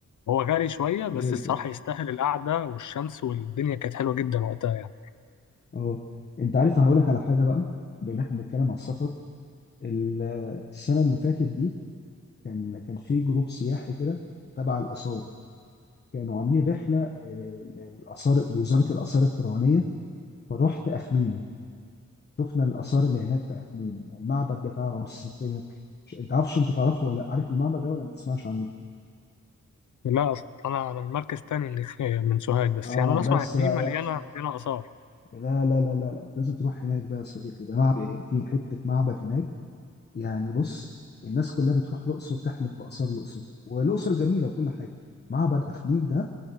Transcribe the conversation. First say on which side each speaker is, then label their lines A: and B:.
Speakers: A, on the left; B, on the left.
A: هو غالي شوية بس
B: زي الفل
A: الصراحة يستاهل القعدة والشمس والدنيا كانت حلوة جدا وقتها يعني
B: اه انت عارف انا هقول لك على حاجه بقى بما ان احنا بنتكلم على السفر ال- السنه اللي فاتت دي كان كان في جروب سياحي كده تبع الاثار كانوا عاملين رحله آه، للاثار لوزاره الاثار الفرعونيه فرحت اخميم شفنا الاثار اللي هناك في اخميم المعبد بتاع رمسيس الثاني ش- انت عارفش انت تعرفه ولا عارف المعبد ده ولا ما تسمعش عنه
A: لا أصل أنا أنا من مركز تاني من من سوهاج بس
B: اه
A: يعني أنا
B: بس
A: أسمع إن
B: بقى
A: هي مليانة مليانة آثار
B: لا لا لا لا لا انت لازم تروح هناك بقى يا صديقي ده معبد في حته معبد هناك يعني بص الناس كلها بتروح الاقصر تحلف باثار الاقصر والاقصر جميله وكل حاجه معبد اخميم ده